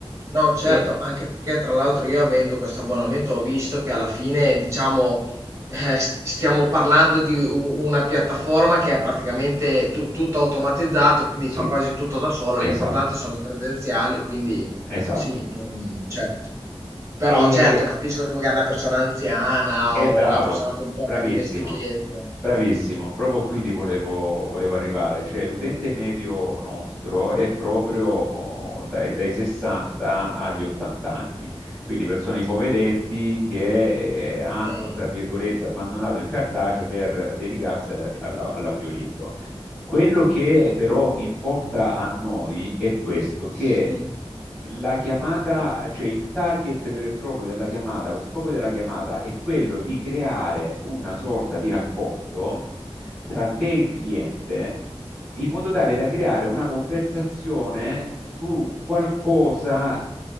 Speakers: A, on the right; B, in the centre.
A: No, certo,
B: E,
A: anche perché tra l'altro io avendo questo abbonamento ho visto che alla fine, diciamo, eh, st- stiamo parlando di u- una piattaforma che è praticamente tu- tutto automatizzato, quindi
B: sì,
A: fa quasi tutto da sola,
B: esatto,
A: l'importante sono le credenziali, quindi
B: esatto.
A: sì, non- cioè, però
B: E,
A: certo, capisco che magari una persona anziana
B: e
A: o
B: Bravo.
A: una persona
B: bravo,
A: con poca
B: bravissimo.
A: dimestichezza,
B: Bravissimo, proprio qui ti volevo, volevo arrivare, cioè l'utente medio nostro è proprio oh, dai, dai 60 agli 80 anni, quindi persone ipovedenti
A: certo,
B: che eh, hanno,
A: ok,
B: tra virgolette, abbandonato il cartaceo per dedicarsi alla- alla- all'audiolibro. Quello che però importa a noi è questo,
A: sì.
B: che la chiamata, cioè il target vero e proprio della chiamata, lo scopo della chiamata è quello di creare una sorta di rapporto tra te e il cliente in modo tale da creare una conversazione su qualcosa